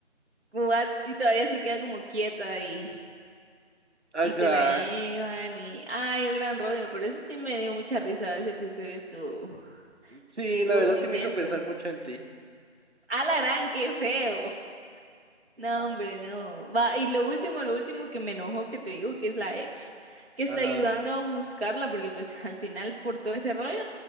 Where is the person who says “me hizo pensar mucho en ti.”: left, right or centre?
Right